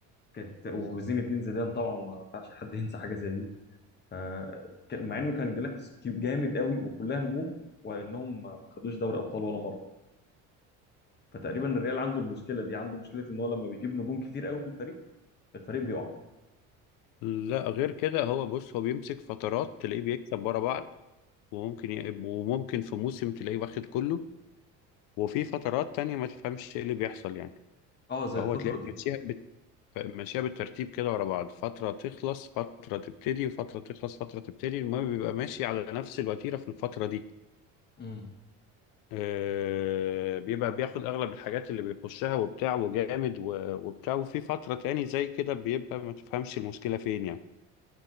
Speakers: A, on the left; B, on the left.
A: كانت وزين الدين زيدان طبعا ما ينفعش حد ينسى حاجه زي دي ف- كان- مع انه كان جالاكتس جامد قوي وكلها نجوم وانهم ما ما خدوش دوري ابطال ولا مره فتقريبا الريال عنده المشكله دي عنده مشكله ان هو لما بيجيب نجوم كتير قوي في الفريق الفريق بيقع
B: لا غير كده هو بص هو بيمسك فترات تلاقيه بيكسب ورا بعض وممكن ي... وممكن في موسم تلاقيه واخد كله وفي فترات تانية ما تفهمش ايه اللي بيحصل يعني
A: اه زي
B: فهو
A: الفتره
B: تلاقي
A: دي
B: ماشيها بت... ماشيها بالترتيب كده ورا بعض فترة تخلص فترة تبتدي فترة تخلص فترة تبتدي المهم بيبقى ماشي على نفس الوتيرة في الفترة دي
A: امم
B: آه... بيبقى بياخد أغلب الحاجات اللي بيخشها وبتاع وجامد و... وبتاع وفي فترة تاني زي كده بيبقى ما تفهمش المشكلة فين يعني